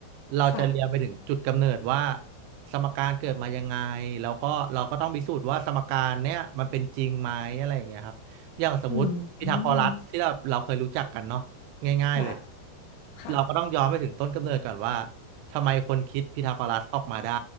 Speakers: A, on the right; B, on the left.
A: เราจะเรียนไปถึงจุดกำเนิดว่า
B: ค่ะ
A: สมการเกิดมายังไงแล้วก็เราก็ต้องพิสูจน์ว่าสมการเนี้ยมันเป็นจริงไหมอะไรอย่างเงี้ยครับอย่างสมมติพีทาโกรัสที่เราเราเคยรู้จักกันเนาะ
B: อืมอืม
A: ง่ายๆเลย
B: ค่ะ ค่ะ
A: เราก็ต้องย้อนไปถึงต้นกำเนิดก่อนว่า ทำไมคนคิดพีทาโกรัสออกมาได้